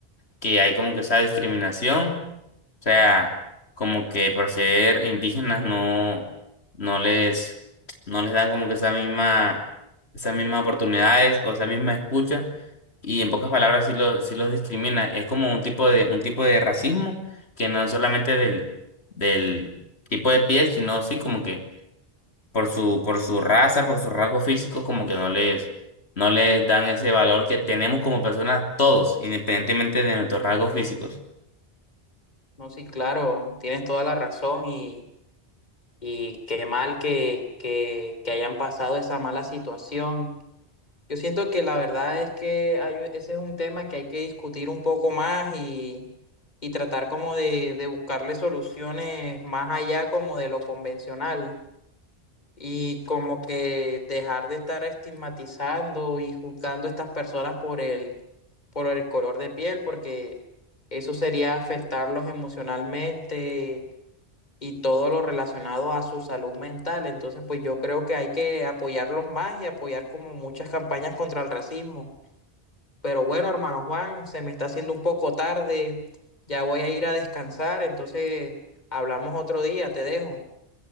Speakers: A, on the left; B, on the left.
A: que hay como que esa discriminación, o sea, como que por ser indígenas no, no les, no les dan como que esa misma, esas mismas oportunidades o esa misma escucha, y en pocas palabras sí los, sí los discrimina. Es como un tipo de, un tipo de racismo que no es solamente del, del tipo de piel, sino sí como que por su, por su raza, por sus rasgos físicos, como que no les no les dan ese valor que tenemos como personas todos, independientemente de nuestros rasgos físicos.
B: No, sí, claro, tienes toda la razón y... Y qué mal que, que, que hayan pasado esa mala situación. Yo siento que la verdad es que hay- ese es un tema que hay que discutir un poco más y, y tratar como de, de buscarle soluciones más allá como de lo convencional y como que dejar de estar estigmatizando y juzgando a estas personas por el, por el color de piel, porque eso sería afectarlos emocionalmente y todo lo relacionado a su salud mental. Entonces, pues yo creo que hay que apoyarlos más y apoyar como muchas campañas contra el racismo. Pero bueno, hermano Juan, se me está haciendo un poco tarde, ya voy a ir a descansar, entonces hablamos otro día, te dejo.